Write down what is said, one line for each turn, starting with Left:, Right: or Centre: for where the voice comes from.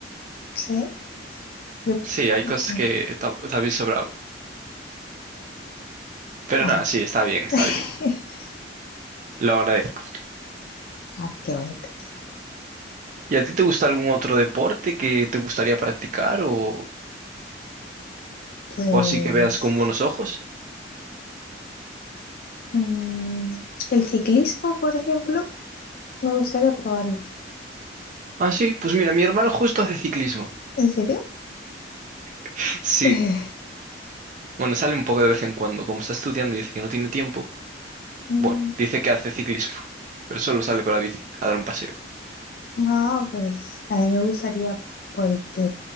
Left: Sí, yo...
Right: sí, hay
Left: mm,
Right: cosas que ta- también sobraba. Pero
Left: Ah,
Right: nada, sí, está bien, está bien.
Left: <laughs>
Right: Lo agradezco.
Left: ay, qué bonito.
Right: ¿Y a ti te gusta algún otro deporte que te gustaría practicar o,
Left: Pues
Right: o así que veas con buenos ojos?
Left: mm, el ciclismo, por ejemplo, me gustaría probarlo.
Right: Ah, sí, pues mira, mi hermano justo hace ciclismo.
Left: ¿En serio?
Right: <laughs> Sí,
Left: <laughs>
Right: bueno, sale un poco de vez en cuando. Como está estudiando y dice que no tiene tiempo,
Left: Mm,
Right: Bueno, dice que hace ciclismo, pero solo sale con la bici a dar un paseo.
Left: Ah, pues a mí me gustaría porque,